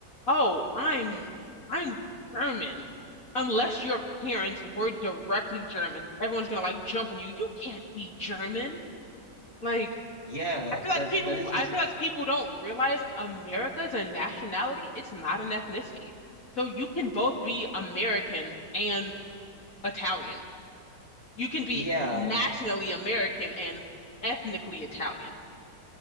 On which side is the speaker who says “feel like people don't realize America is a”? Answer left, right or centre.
Left